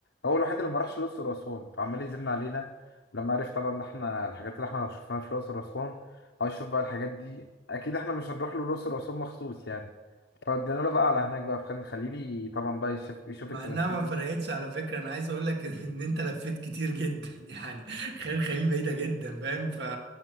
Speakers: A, on the left (about 80°); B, on the right (about 65°).
A: هو الوحيد اللي ما راحش الأقصر وأسوان فعمال يزن علينا لما عرف طبعا إن إحنا الحاجات اللي إحنا ما شفناها في الأقصر وأسوان عايز أشوف بقى الحاجات دي أكيد إحنا مش هنروح له الأقصر وأسوان مخصوص يعني فودينا له بقى على هناك بقى في خان الخليلي طبعا بقى يشوف يشوف
B: مع
A: التماثيل
B: انها ما
A: هناك
B: فرقتش على فكره انا عايز اقول لك <laughs> ان انت لفيت كتير جدا <laughs> يعني خان خليل بعيده جدا فاهم ف